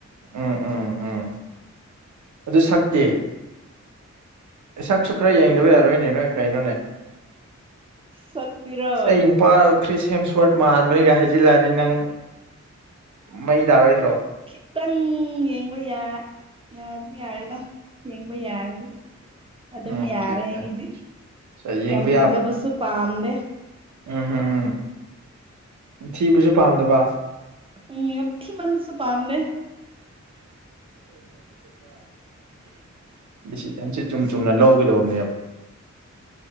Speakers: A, on the right; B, on the right.
A: ꯎꯝ ꯎꯝ ꯎꯝ ꯑꯗꯨ ꯁꯛꯇꯤ ꯁꯛꯁꯨ ꯈꯔ ꯌꯦꯡꯗꯕ ꯌꯥꯔꯣꯏꯅꯦ ꯅꯣꯏ ꯀꯩꯅꯣꯅꯦ
B: ꯁꯛꯇꯤꯔꯣ
A: ꯑꯁ ꯑꯩ ꯅꯨꯄꯥ ꯈ꯭ꯔꯤꯁ ꯍꯦꯝ ꯁꯣꯔꯠ ꯃꯉꯥꯟꯕꯅꯤꯒ ꯍꯥꯏꯖꯤꯜꯂꯛꯑꯗꯤ ꯅꯪ ꯃꯩ ꯇꯥꯔꯣꯏꯗ꯭ꯔꯣ
B: ꯈꯤꯇꯪ ꯌꯦꯡꯕ ꯌꯥ ꯌꯥꯔꯗꯤ ꯌꯥꯔ‌ꯦꯗ ꯌꯦꯡꯕ ꯌꯥꯔꯗꯤ ꯑꯗꯨꯝ
A: ꯎꯝ ꯑꯣꯀꯦ
B: ꯌꯥꯔꯦ ꯑꯩꯒꯤꯗꯤ
A: ꯑꯣꯀꯦ ꯌꯦꯡꯕ
B: ꯌꯥꯝ ꯐꯖꯕꯁꯨ ꯄꯥꯝꯗꯦ
A: ꯎꯝꯍ ꯎꯝ ꯊꯤꯕꯁꯨ ꯄꯥꯝꯗꯕ
B: ꯎꯝ ꯌꯥꯝ ꯊꯤꯃꯜꯂꯁꯨ ꯄꯥꯝꯗꯦ
A: ꯗꯤꯁꯤꯖꯟꯁꯤ ꯆꯨꯝ ꯆꯨꯝꯅ ꯂꯧꯒꯗꯧꯕꯅꯦꯕ